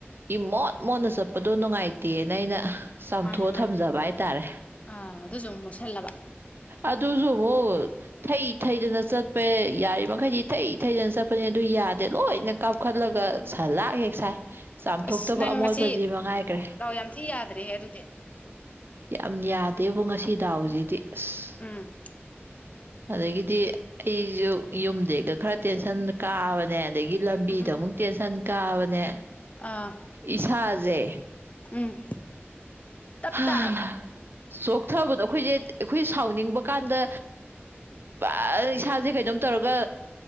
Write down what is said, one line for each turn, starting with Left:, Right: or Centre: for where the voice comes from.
Right: ꯏ ꯃꯣꯠ ꯃꯣꯠꯅ ꯆꯠꯄꯗꯣ ꯅꯨꯡꯉꯥꯏꯇꯦꯅ ꯑꯩꯅ ꯆꯥꯝꯊꯣꯛꯑ
Left: ꯃꯥꯅꯦ ꯃꯥꯅꯦ
Right: ꯊꯝꯖꯕ ꯍꯥꯏꯇꯥꯔꯦ
Left: ꯑꯥ ꯑꯗꯨꯁꯨ ꯑꯃꯨꯛ ꯃꯣꯠꯁꯜꯂꯕ
Right: ꯑꯗꯨꯖꯨ ꯑꯃꯨꯛ ꯊꯩ ꯊꯩꯗꯅ ꯆꯠꯄꯦ ꯌꯥꯔꯤꯃꯈꯩꯗꯤ ꯊꯩ ꯊꯩꯗꯅ ꯆꯠꯄꯅꯦ ꯑꯗꯨ ꯌꯥꯗꯦ ꯂꯣꯏꯅ ꯀꯥꯞꯈꯠꯂꯒ ꯁꯂꯥꯛ ꯍꯦꯛ ꯁꯥꯏ꯫ ꯆꯥꯝꯊꯣꯛꯇꯕ
Left: ꯑꯁ ꯅꯪ
Right: ꯑꯃꯣꯠꯄꯖꯤ
Left: ꯉꯁꯤ
Right: ꯃꯉꯥꯏꯒ꯭ꯔ‌ꯦ
Left: ꯗꯥꯎ ꯌꯥꯝ ꯊꯤ ꯌꯥꯗ꯭ꯔꯦꯍꯦ ꯑꯗꯨꯗꯤ
Right: ꯌꯥꯝ ꯌꯥꯗꯦꯕ‌ꯣ ꯉꯁꯤ ꯗꯥꯎꯖꯤꯗꯤ ꯑꯁ
Left: ꯎꯝ
Right: ꯑꯗꯒꯤꯗꯤ ꯑꯩꯖꯨ ꯌꯨꯝꯗꯩꯒ ꯈꯔ ꯇꯦꯟꯁꯟ ꯀꯥꯕꯅꯦ ꯑꯗꯒꯤ ꯂꯝꯕꯤꯗ
Left: ꯎꯝ ꯎꯝ ꯎꯝ
Right: ꯑꯃꯨꯛ ꯇꯦꯟꯁꯟ ꯀꯥꯕꯅꯦ
Left: ꯑꯥ
Right: ꯏꯁꯥꯖ‌ꯦ
Left: ꯎꯝ꯫ ꯇꯞ
Right: ꯍꯥ
Left: ꯇꯥꯔꯕ
Right: ꯆꯣꯛꯊꯕꯗꯣ ꯑꯩꯈꯣꯏꯖ‌ꯦ ꯑꯩꯈꯣꯏ ꯁꯥꯎꯅꯤꯡꯕ ꯀꯥꯟꯗ ꯕ ꯏꯁꯥꯖꯦ ꯀꯩꯅꯣꯝ ꯇꯧꯔꯒ